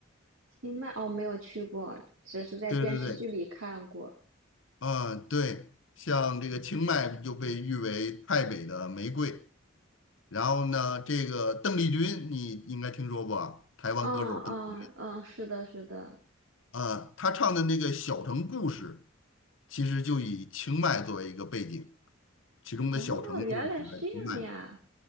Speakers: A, on the right (about 80°); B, on the left (about 70°).
A: 清迈哦，没有去过，只是在电视剧里看过。
B: 对对对，嗯，对，像这个清迈就被誉为泰北的玫瑰，然后呢，这个邓丽君你应该听说过啊台湾歌手邓丽君，
A: 嗯嗯嗯，是的，是的。
B: 嗯，她唱的那个《小城故事》，其实就以清迈作为一个背景，其中的小城就是指的清迈。
A: 哦，原来是这样呀。